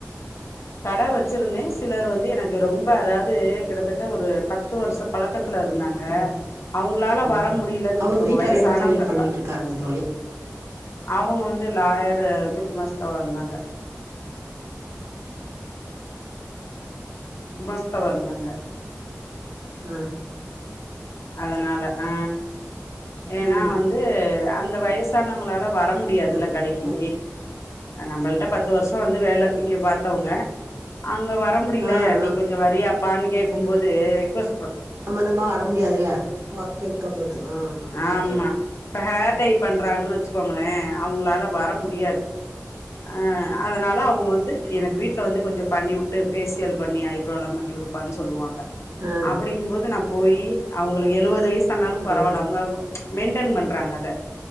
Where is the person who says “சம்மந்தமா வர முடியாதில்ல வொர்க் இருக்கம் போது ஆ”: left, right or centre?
Right